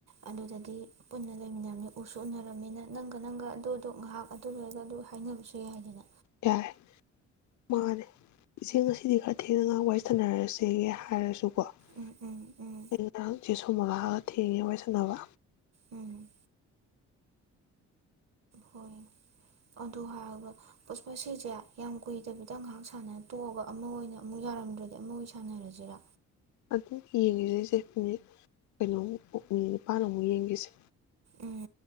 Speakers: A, on the right; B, on the left.
A: ꯑꯗꯨꯗꯗꯤ ꯄꯨꯟꯅ ꯂꯩꯃꯤꯟꯅꯔꯝꯅꯤ ꯎꯁꯨ ꯎꯅꯔꯝꯅꯤꯅ ꯅꯪꯒ ꯅꯪꯒ ꯑꯗꯨꯗꯨ ꯉꯥꯍꯥꯛ ꯑꯗꯨ ꯂꯣꯢꯔꯒ ꯑꯗꯨ ꯍꯥꯢꯅꯕꯁꯨ ꯌꯥꯢꯗꯅ꯫
B: ꯌꯥꯔꯦ ꯃꯥꯅꯦ ꯏꯆꯦ ꯉꯁꯤꯗꯤ ꯈꯔ ꯊꯦꯡꯅ ꯉꯍꯥꯛ ꯋꯥꯔꯤ ꯁꯥꯟꯅꯔꯁꯦꯌꯦ ꯍꯥꯢꯔꯁꯨꯀꯣ
A: ꯎꯝ ꯎꯝ
B: <inaudible>
A: ꯎꯝ
B: ꯆꯦ ꯁꯣꯃꯣꯂꯥꯍꯒ ꯊꯦꯡꯉꯦ ꯋꯥꯔꯤ ꯁꯥꯟꯅꯕ꯫
A: ꯎꯝ ꯍꯣꯢ ꯑꯗꯨ ꯍꯥꯢꯔꯒ ꯄꯨꯁꯄꯥ ꯁꯤꯖꯦ ꯌꯥꯝ ꯀꯨꯢꯗꯕꯤꯗ ꯉꯍꯥꯛ ꯁꯥꯟꯅ ꯇꯣꯛꯑꯒ ꯑꯃ ꯑꯣꯢꯅ ꯑꯃꯨꯛ ꯌꯥꯔꯝꯗ꯭ꯔꯗꯤ ꯑꯃ ꯑꯣꯢꯅ ꯁꯥꯟꯅꯔꯖꯤꯔ꯫
B: ꯑꯗꯨ ꯌꯦꯡꯒꯦꯖꯦꯁꯦ ꯃꯤꯅꯤꯠ ꯀꯩꯅꯣꯃꯨꯛ ꯎꯝ ꯎꯝ ꯅꯤꯄꯥꯥꯟ ꯑꯃꯨꯛ ꯌꯦꯡꯒꯤꯖꯦ
A: ꯎꯝ